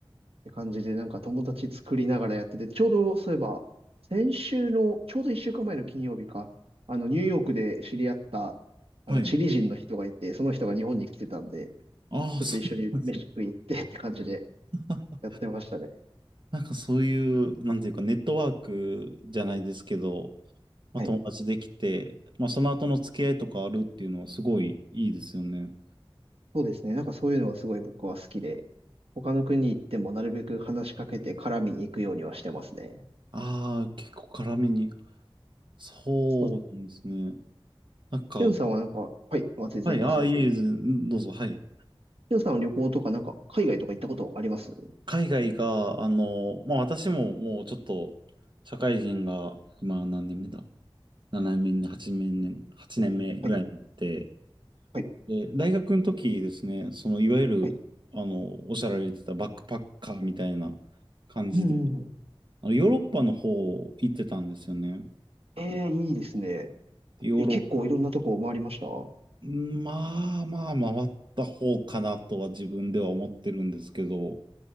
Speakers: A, on the right; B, on the right.
A: って感じでなんか友達作りながらやってて、ちょうどそういえば、先週の、ちょうど一週間前の金曜日か、あの、ニューヨークで知り合った、
B: はい。
A: あの、チリ人の人がいて、その人が日本に来てたんで、
B: ああ、
A: ちょっと一緒に飯食い行ってって感じで
B: そうなんですね。あ、
A: やってましたね。
B: なんかそういう、なんていうか、ネットワークじゃないですけど、まあ、
A: はい
B: 友達できて、まあ、その後の付き合いとかあるっていうのはすごいいいですよね。
A: そうですね。なんかそういうのがすごい僕は好きで、他の国行ってもなるべく話しかけて絡みに行くようにはしてますね。
B: ああ、結構辛めに。そうなんですね。
A: そうです。
B: なんか、
A: しゅんさんはなんか、はい、あ、全然いいですよ。
B: はい、ああ、いえいえ、どうぞ、はい。
A: しゅんさんは旅行とかなんか海外とか行ったことあります
B: 海外が、あの、まあ私ももうちょっと、社会人が、今何年目だ ?7 年目、8年目、8年目ぐらいになって、
A: はい、はい、
B: で、大学の時ですね、その、いわゆる、
A: はい。
B: あの、おっしゃられてたバックパッカーみたいな感じで、
A: うん、うん。
B: あの、ヨーロッパの方行ってたんですよね。
A: ええいいですね。
B: でヨーロッ
A: え、結構いろんなとこ回りましたは
B: まあまあ回った方かなとは自分では思ってるんですけど、